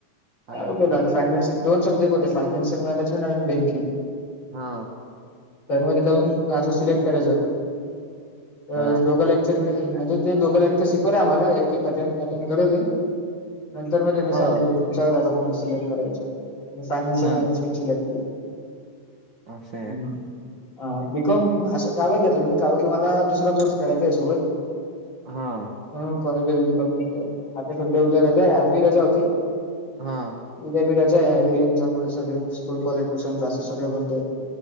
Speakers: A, on the left; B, on the right.
A: चालू
B: अरे वा
A: केलं आता फायनान्शियल दोन सब्जेकट होते, फायनान्शियल मॅनेजमेंट आणि बँकिंग.
B: हा.
A: तर मध्ये जाऊन काजो सिलेक्ट करायचं होत, तर
B: अरे
A: दोघं लेग <unintelligible> म्हणजे ते दोघं लेक्चर शिकवले आम्हाला एक एक अटेंड <unintelligible> करवले. नंतर मग त्यांनी सांगितलं
B: हो
A: की तुमच्यावर हाय आता कोणतं सिलेक्ट करायच. मी फायनान्शियल
B: हा
A: मॅनेजमेंट सिलेक्ट केलं,
B: असं आहे
A: हम. हा बी कॉम असं गावत <unintelligible> काव की मला दुसरा कोर्स करायचा आहे सोबत.
B: हा.
A: ह कॉलेज <unintelligible> बी कॉम घेतलं आता सध्या उद्या रजा आहे, आज बी रजा होती.
B: हा.
A: उद्या बी रजा <unintelligible> रेंजामुळे सगळे स्कूल कॉलेज ट्युशन क्लासेस सगळे बंद‌.